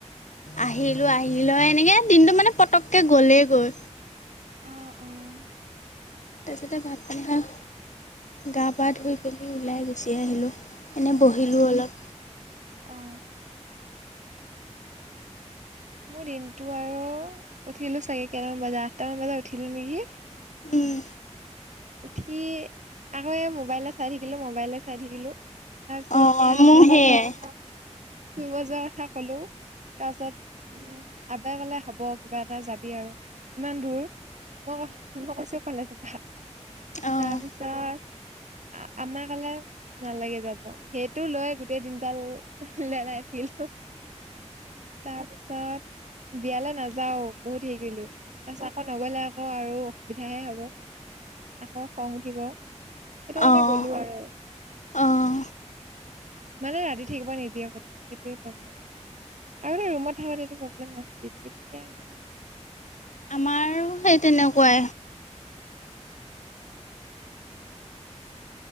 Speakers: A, on the left; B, on the right.
A: আহিলোঁ আহিলৈ এনেকে দিনটো মানে পটককৈ গ'লেই গৈ।
B: অ অ উম
A: তাৰপিছতে ভাত পানী খাই গা পা ধুই পেলি ওলাই গুচিয়ে আহিলোঁ এনে বহিলোঁ অলপ।
B: অঁ। মোৰ দিনটো আৰু উঠিলোঁ চাগি কেইটামান বজাত আঠটামান বজাত উঠিলোঁ নেকি?
A: উম।
B: উঠি আকৌ এই মোবাইলে চাই থাকিলো মোবাইলে চাই থাকিলোঁ। তাৰপিছত
A: অঁ
B: এয়া
A: মোৰ
B: ফুৰিব
A: সেয়াই
B: যোৱাৰ কথা। ফুৰিব যোৱাৰ কথা কলো তাৰ পাছত উ আব্বাই কলে হ'ব কিবা এটা যাবি আৰু ইমান দূৰ ক মই কৈছো কলেজপৰা
A: অঁ
B: তাৰপিছত আম্মাই কলে নালাগে যাব সেইটো লৈ গোটেই দিনদাল লেলাই থাকিলোঁ। তাৰ পিছত বিয়ালৈ নাযাওঁ। বহুত সেই কৰিলোঁ তাৰপিছত আকৌ নগলে আকৌ আৰু অসুবিধাহে হ'ব। উ আকৌ খং উঠিব সেইটো কাৰণে
A: অঁ
B: গলো আৰু
A: অঁ
B: মানে ৰাতি থাকিব নিদিয়ে ক'তো সেইটোৱে প্ৰব্লেম। আগতে ৰুমত থাকোতে এইটো প্ৰব্লেম নাছিল এতিয়া মানে
A: আমাৰো সেই তেনেকুৱাই।